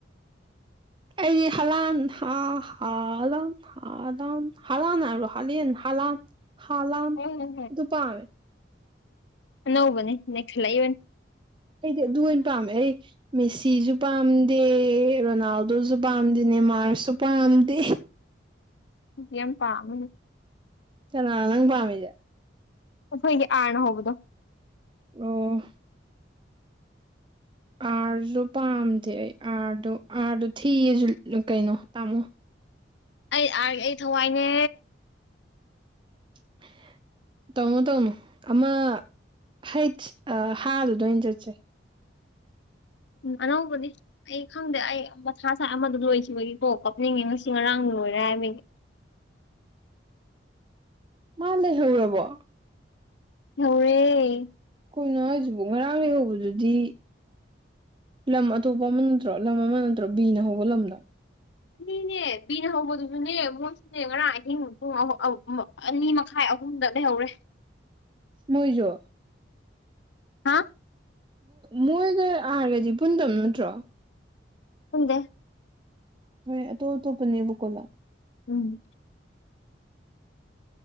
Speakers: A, on the right (about 25°); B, on the left (about 70°).
A: ꯑꯩꯗꯤ ꯍꯂꯥꯟ ꯍꯥ ꯍꯥꯥꯎ ꯂꯥꯟ ꯍꯝ ꯍꯂꯥꯟꯅꯕꯣ ꯍ ꯍꯂꯥꯟ ꯍꯥꯟ
B: ꯍꯣꯏ ꯍꯣꯏ
A: ꯑꯗꯨ ꯄꯥꯝꯃꯦ
B: ꯅꯧꯧꯕꯅꯦ ꯅꯦꯛ ꯈꯂ ꯏꯕꯅꯤ
A: ꯑꯩꯗꯤ ꯑꯗꯨ ꯑꯣꯏꯅ ꯄꯥꯝꯃꯦ ꯑꯩ ꯃꯦꯁꯤꯁꯨ ꯄꯥꯝꯗꯦ ꯔꯣꯅꯥꯜꯗꯣꯁꯨ ꯄꯥꯝꯗꯦ ꯅꯦ ꯃꯥꯔꯁꯁꯨ ꯄꯥꯝꯗꯦ
B: ꯌꯥꯝ ꯄꯥꯝ
A: ꯆꯅꯥ ꯅꯪ ꯄꯥꯝꯃꯤꯁꯦ
B: ꯍꯣꯏꯒꯤ ꯀꯅ ꯍꯕꯣ
A: ꯑꯣ ꯑꯥꯔꯁꯨ ꯄꯥꯝꯗꯦ ꯑꯩ ꯑꯥꯔꯗꯣ ꯑꯥꯔꯗꯣ ꯊꯤꯌꯦꯁꯨ ꯀꯩꯅꯣ ꯇꯥꯃꯣ
B: ꯑꯩ ꯑꯥ ꯑꯩ ꯊꯋꯥꯏꯅꯦ
A: <inaudible> ꯇꯧꯅꯨ ꯇꯧꯅꯨ ꯑꯃ ꯍꯩꯠ ꯍꯥꯗꯨꯗ ꯑꯣꯏꯅ ꯆꯠꯁꯦ
B: ꯎ ꯑꯅꯕꯅꯤ ꯑꯩ ꯈꯪꯗꯦ ꯑꯩ ꯃꯁꯥꯥꯁꯥꯏ ꯑꯃꯗ ꯂꯣꯏꯈꯤꯕꯒꯤꯀꯣ ꯀꯞꯅꯤꯡꯉꯦ ꯉꯁꯤ ꯉꯔꯥꯡ ꯂꯣꯏꯔꯦ ꯍꯥꯏꯕꯒꯤ
A: ꯃꯥ ꯂꯩ ꯍꯧꯔꯔꯕꯣ
B: ꯍꯧꯔꯦ
A: ꯑꯩꯈꯣꯏꯅ ꯍꯧꯖꯤꯛꯐꯥꯎ ꯉꯔꯥꯡ ꯂꯩꯍꯧꯕꯗꯨꯗꯤ ꯂꯝ ꯑꯇꯣꯞꯄ ꯑꯃ ꯅꯠꯇ꯭ꯔꯣ ꯂꯝ ꯑꯃ ꯅꯠꯇ꯭ꯔꯣ ꯕꯤꯅ ꯍꯧꯕ ꯂꯝꯗꯣ
B: ꯅꯅꯦ ꯅ ꯍꯕ ꯑꯗꯨꯁꯨꯅꯦꯕꯨꯣꯏ ꯦ ꯉꯔꯥꯡ ꯑꯍꯤꯡ ꯄꯨꯡ ꯑꯅꯤ ꯃꯈꯥꯏ ꯑꯍꯨꯝꯗ ꯂꯩꯍꯧꯔꯦ
A: ꯃꯣꯏꯁꯨ
B: ꯍꯥ
A: ꯃꯣꯏꯒ ꯑꯥꯔꯒꯗꯤ ꯄꯨꯟꯗꯕ ꯅꯠꯇ꯭ꯔꯣ
B: ꯍꯗꯦ
A: ꯍꯣꯏ ꯇꯣ ꯇꯨꯞꯄꯅꯤꯕꯨꯀꯣꯂ
B: ꯎꯝ